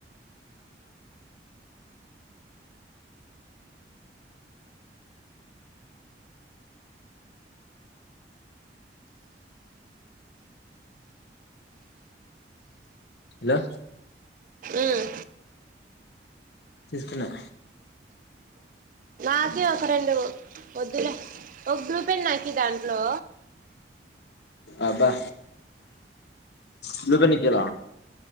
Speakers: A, on the left; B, on the right.
A: హలో
B: ఉమ్
A: తీసుకున్న
B: నాకీ యి ఒక రెండు వద్దులే ఒక బ్లూ పెన్ నా కియి దాంట్లో
A: అబ్బా బ్లూ పేన్ నికియాల